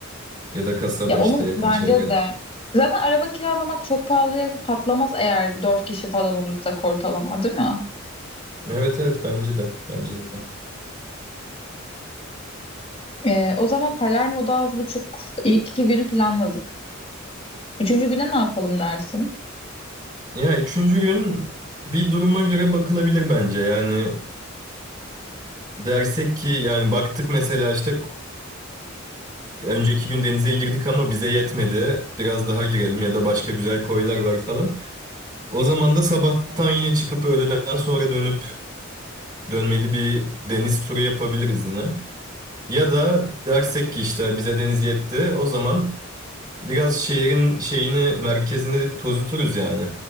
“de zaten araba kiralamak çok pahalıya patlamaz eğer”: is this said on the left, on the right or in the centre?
Left